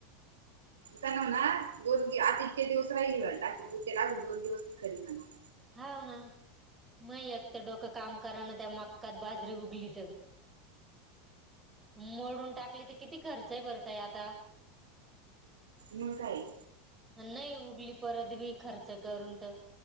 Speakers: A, on the right; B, on the right.
A: काणव ना दोन दि आता इतके दिवस राहिले म्हटा किू त्याला दोन दिवस खरी म्हणा
B: हाव ना म एकत डोकं काम कराना त्या मक्कात बाजरी उगली तर. मोडून टाकली तर किती खर्च आहे भरतय आता.
A: म काय
B: नाही उगली परत बी खर्च करून तर.